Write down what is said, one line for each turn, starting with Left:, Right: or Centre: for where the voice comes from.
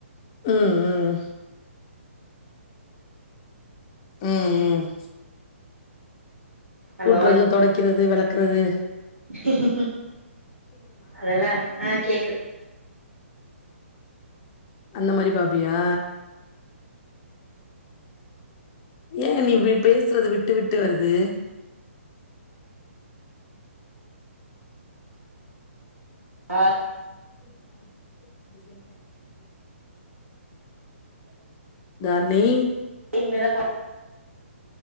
Left: உம் உம் உம் உம்
Right: ஹலோ
Left: கூட்டுறது துடக்கிறது விளக்கறது
Right: ச அதெல்லா ஆஹ் கேக்குது
Left: உ <unintelligible> அந்த மாரி பாப்பியா ஏன் நீ பேசுறது விட்டு விட்டு வருது
Right: ஆஹ்
Left: <inaudible> தாரணி
Right: இனிமேத ப